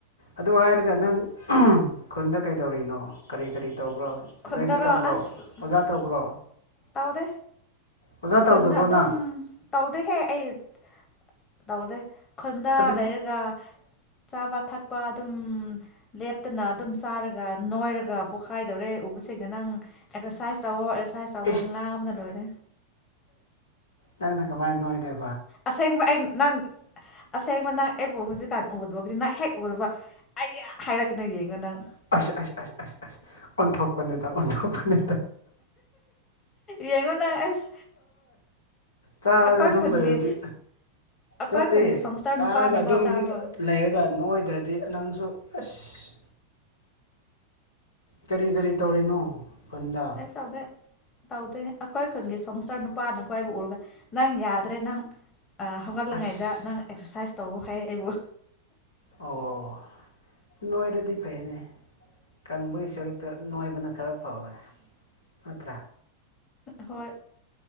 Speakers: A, on the left; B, on the left.
A: ꯑꯗꯨ ꯍꯥꯏꯔꯒ ꯅꯪ ꯈꯨꯟꯗ ꯀꯩꯗꯧꯔꯤꯅꯣ ꯀꯔꯤ ꯀꯔꯤ꯫ ꯇꯧꯕ꯭ꯔꯣ
B: ꯈꯨꯟꯗꯔꯣ
A: ꯂꯥꯏꯔꯤꯛ ꯇꯝꯕ꯭ꯔꯣ
B: ꯑꯁ
A: ꯑꯣꯖꯥ ꯇꯧꯕ꯭ꯔꯣ
B: ꯇꯧꯗꯦ
A: ꯑꯣꯖꯥ
B: ꯈꯨꯟꯗ
A: ꯇꯧꯗꯕ꯭ꯔꯣ
B: ꯑꯗꯨꯝ
A: ꯅꯪ
B: ꯇꯧꯗꯦꯍꯦ꯫ ꯑꯩꯌꯠ꯫ ꯇꯧꯗꯦ ꯈꯨꯟꯗꯥ
A: ꯑꯗꯨ
B: ꯂꯩꯔꯒ꯫ ꯆꯥꯕ ꯊꯛꯄ ꯑꯗꯨꯝ ꯂꯦꯞꯇꯅ ꯑꯗꯨꯝ ꯆꯥꯔꯒ ꯅꯣꯏꯔꯒ ꯄꯣꯛꯈꯥꯏꯗꯧꯔꯦ꯫ ꯁꯦꯛꯅ ꯅꯪ ꯑꯦꯛꯁꯔꯁꯥꯏꯁ ꯇꯧꯋꯣ ꯑꯦꯛꯁꯔꯁꯥꯏꯖ ꯇꯧꯋꯣ
A: ꯑꯦꯁ
B: ꯉꯥꯕꯅ ꯂꯣꯏꯔꯦ꯫
A: ꯅꯪꯅ ꯀꯃꯥꯏꯅ ꯅꯣꯏꯗꯣꯏ
B: ꯑꯁꯦꯡꯕ ꯑꯩ ꯅꯪ꯫ ꯑꯁꯦꯡꯕ ꯅꯪ ꯑꯩꯕꯨ ꯍꯧꯖꯤꯛꯀꯥꯟ ꯎꯒꯗꯕꯗꯤ ꯅꯪ ꯍꯦꯛ ꯎꯔꯕ ꯑꯩ ꯌꯥ ꯍꯥꯏꯔꯛꯅꯦ ꯌꯦꯡꯉꯣ ꯅꯪ꯫
A: ꯑꯁ ꯑꯁ ꯑꯁ ꯑꯁ ꯑꯁ ꯑꯣꯟꯊꯣꯛꯄꯅꯦꯗꯥ ꯑꯣꯟꯊꯣꯛꯄꯅꯦ꯫
B: ꯌꯦꯡꯉꯣ ꯅꯪ ꯑꯁ
A: ꯆꯥꯔꯒ
B: ꯑꯩꯈꯣꯏ
A: ꯑꯗꯨꯝ
B: ꯈꯨꯟꯒꯤ
A: ꯂꯩꯔꯗꯤ
B: ꯑꯩꯈꯣꯏ
A: ꯅꯠꯇꯦ
B: ꯈꯨꯟꯒꯤ ꯁꯣꯡꯁꯇꯔ
A: ꯆꯥꯔꯒ
B: ꯅꯨꯄꯥꯅꯀꯣ
A: ꯑꯗꯨꯝ
B: ꯇꯥꯕ꯭ꯔꯣ
A: ꯂꯩꯔꯒ ꯅꯣꯏꯗ꯭ꯔꯗꯤ ꯅꯪꯁꯨ꯫ ꯑꯁ꯫ ꯀꯔꯤ ꯀꯔꯤ ꯇꯧꯔꯤꯅꯣ꯫ ꯈꯨꯟꯗ
B: ꯀꯩꯁꯇꯧꯗꯦ꯫ ꯇꯧꯗꯦ ꯑꯩꯈꯣꯏ ꯈꯨꯟꯒꯤ ꯁꯣꯡꯁꯥꯔ ꯅꯨꯄꯥꯅꯀꯣ ꯑꯩꯕꯨ ꯎꯔꯒ ꯅꯪ ꯌꯥꯗ꯭ꯔꯦ ꯅꯪ ꯍꯧꯒꯠꯂꯤꯉꯩꯗ
A: ꯑꯁ
B: ꯅꯪ ꯑꯦꯛꯁꯔꯁꯥꯏꯁ꯫ ꯇꯧ ꯍꯥꯏ ꯑꯩꯕꯨ꯫
A: ꯑꯣ꯫ ꯅꯣꯏꯔꯗꯤ ꯐꯩꯅꯦ꯫ ꯀꯪꯕꯒꯤ ꯁꯔꯨꯛꯇ ꯅꯣꯏꯕꯅ ꯈꯔ ꯐꯕ ꯅꯠꯇ꯭ꯔꯥ꯫
B: ꯍꯣꯏ